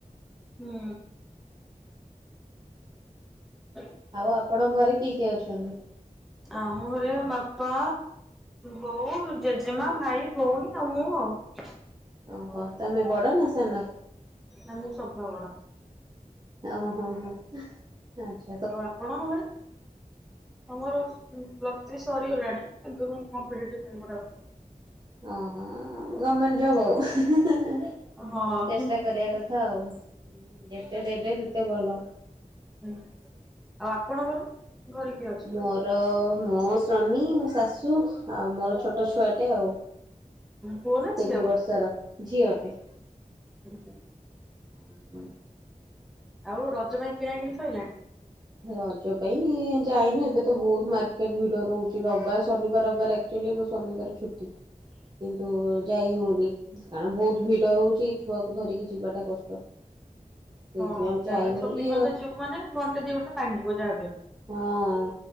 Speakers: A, in the centre; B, on the right (about 30°).
A: ହୁଁ। ହୁଁ
B: ଆଉ ଆପଣଙ୍କ ଘରେ କିଏ କିଏ ଅଛନ୍ତି?
A: ଆଉ ଆମ ଘରେ ବାପା ବୋଉ ଜେଜେମା ଭାଇ। ଭଉନି ଆଉ ମୁଁ ଆଉ।
B: ଓହୋ ତମେ ବଡ଼ ନା ସାନ?
A: ନା ମୁଁ ସଭାବଡ।
B: ଓ ହୋ ହୋ ଆଛା।
A: ଆଉ ଆପଣଙ୍କ ଘରେ ଆମର ପ୍ଲସ୍ ଥ୍ରୀ ସରିଗଲାଣି କିନ୍ତୁ କମ୍ପିଟେଟିଭ ପାଇଁ ପଢ଼ା ହଉଛି।
B: ଓହୋ ଗମେଣ୍ଟ ଜବ
A: କରୁଛି।
B: ଆଉ ଚେଷ୍ଟା
A: ହଁ ହୁଁ
B: କରିବା କଥା। କଥା ଆଉ ଯେତେ ଦେବେ ସେତେ ଭଲ।
A: ହୁଁ ଆଉ ଆପଣଙ୍କର ଘରେ କିଏ ଅଛନ୍ତି?
B: ମୋର ମୋ ସ୍ଵାମୀ ମୋ ଶାଶୁ ଆଉ ମୋର ଛୋଟ ଛୁଆଟେ ଆଉ
A: ପୁଅ ନା ଝିଅ
B: ତିନି ବର୍ଷର ଝିଅ ଟେ।
A: ହୁଁ।
B: ହଁ।
A: ଆଉ ରଜ ପାଇଁ କିଣାକିଣି ସଇଲାନି?
B: ରଜ ପାଇଁ ଯାଇନୁ ଏବେ ତ ବହୁତ ମାର୍କେଟ ଭିଡ ରହୁଛି ରବିବାର ଶନିବାର ରବିବାର। ଆକ୍ଚଆଲି ମୋ ସ୍ୱାମୀଙ୍କର ଛୁଟି।
A: ହ
B: କିନ୍ତୁ ଯାଇ ହଉନି କାରଣ ବହୁତ ଭିଡ ରହୁଛି ଛୁଆକୁ ଧରିକି ଯିବାଟା କଷ୍ଟ। ସେଇଥି
A: ହଁ
B: ପାଇଁ ଆଉ
A: ଯାହା
B: ଯାଇ ହଉନି
A: ସପିଙ୍ଗ
B: ଆଉ
A: କରିତେ ଯିବୁ ମାନେ ଘଣ୍ଟେ ଦି ଘଣ୍ଟା ଲାଗିବ ଯାହାବି ହେଲେ।
B: ହଁ